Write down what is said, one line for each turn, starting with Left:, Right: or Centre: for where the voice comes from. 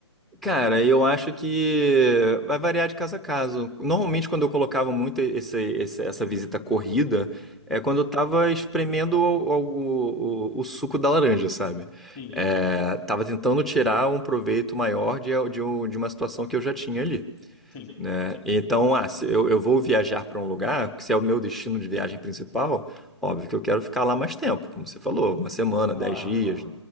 Centre: Cara, eu acho que vai variar de caso a caso. Normalmente, quando eu colocava muito esse- esse- essa visita corrida, é quando eu tava espremendo o, o- o- o suco da laranja, sabe?
Left: Sim,
Centre: É, tava tentando tirar um proveito maior de, de um- de uma situação que eu já tinha ali
Left: sim,
Centre: né? Então, ah, se eu, eu vou viajar para um lugar, se é o meu destino de viagem principal, óbvio que eu quero ficar lá mais tempo, como você falou, uma semana,
Left: Claro,
Centre: dez dias,
Left: claro.